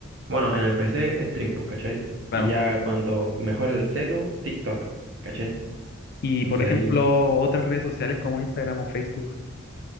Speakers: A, on the right; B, on the left.
A: Bueno, en el PC stream, pues, ¿cachai?
B: claro.
A: Y ya cuando mejora el celu, TikTok, ¿cachai?
B: Y
A: Entonces
B: por
A: ahí.
B: ejemplo, otras redes sociales como Instagram o Facebook,